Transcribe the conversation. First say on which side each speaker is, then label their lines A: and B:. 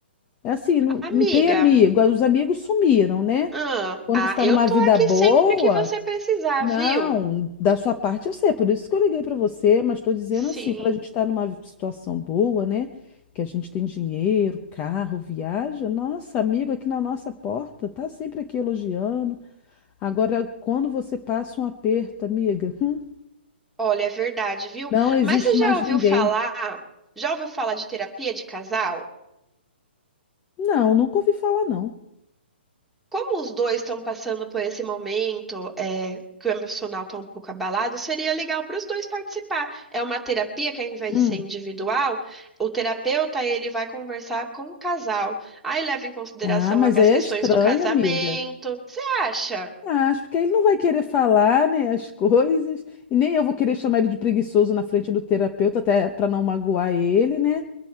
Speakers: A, on the left; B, in the centre.
A: É assim, não,
B: amiga.
A: não tem amigo. Os amigos sumiram, né?
B: Ah,
A: Quando
B: ah,
A: você tá
B: eu
A: numa
B: tô
A: vida
B: aqui
A: boa,
B: sempre que você precisar,
A: não,
B: viu?
A: da sua parte eu sei, por isso que eu liguei pra você, mas tô dizendo
B: Sim,
A: assim, quando a gente tá numa situação boa, né? Que a gente tem dinheiro, carro, viaja, nossa, amigo aqui na nossa porta, tá sempre aqui elogiando. Agora, quando você passa um aperto, amiga, hum,
B: olha, é verdade, viu?
A: não existe
B: Mas você
A: mais
B: já ouviu
A: ninguém.
B: falar, já ouviu falar de terapia de casal?
A: Não, nunca ouvi falar, não.
B: Como os dois estão passando por esse momento, é, que o emocional está um pouco abalado, seria legal para os dois participar. É uma terapia que, ao invés
A: Hum.
B: de ser individual, o terapeuta ele vai conversar com o casal. Aí leva em consideração
A: Ah, mas
B: a- as
A: aí
B: questões
A: é estranho,
B: do casamento.
A: amiga.
B: Você acha?
A: Acho, porque ele não vai querer falar, né, as <laughs> coisas, e nem eu vou querer chamar ele de preguiçoso na frente do terapeuta, até para não magoar ele, né?